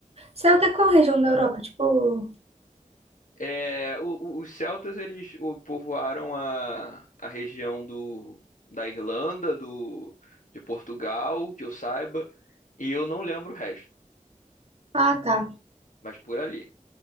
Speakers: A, on the right; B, on the left.
A: Você é da qual região da Europa? Tipo,
B: É, o- o- os celtas eles o, povoaram a, a região do, da Irlanda, do, de Portugal, que eu saiba, e eu não lembro o resto,
A: ah, tá.
B: mas por ali.